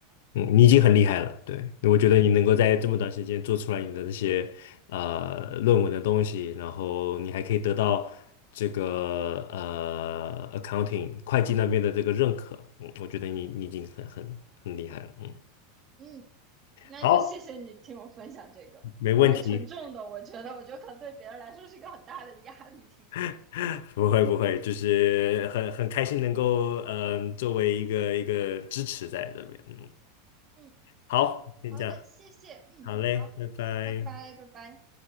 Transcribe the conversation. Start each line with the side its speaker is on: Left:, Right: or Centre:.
Left: 嗯，你已经很厉害了，对，我觉得你能够在这么短时间做出来你的那些呃论文的东西，然后你还可以得到这个呃 accounting 会计那边的这个认可，嗯，我觉得你你已经很很很厉害了，嗯，
Right: 嗯，那就谢谢你听我分享这个，
Left: 好，没问题，
Right: 蛮沉重的，我觉得，我觉得可能对别人来说是一个很大的压力，听这个。
Left: <laughs> 不会不会，就是很很开心能够嗯、呃作为一个一个支持在这边，嗯，
Right: 嗯，
Left: 好，先这样，
Right: 好的，谢谢，嗯，
Left: 好嘞，
Right: 好，
Left: 拜拜。
Right: 拜拜，拜拜。